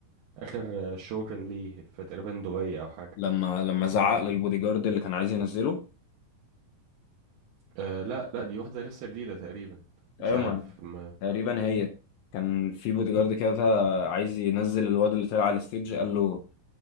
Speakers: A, on the right; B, on the left.
A: اخر آه، شو كان ليه في تقريبا دبي او حاجة
B: لما لما زعق للبودي جارد اللي كان عايز ينزله
A: أه لا لا دي واحدة لسه جديدة تقريبا مش
B: ايوه
A: عارف
B: ما
A: ما...
B: تقريبا هي كان في بودي جارد كده عايز ينزل الواد اللي طلع على الستيج قال له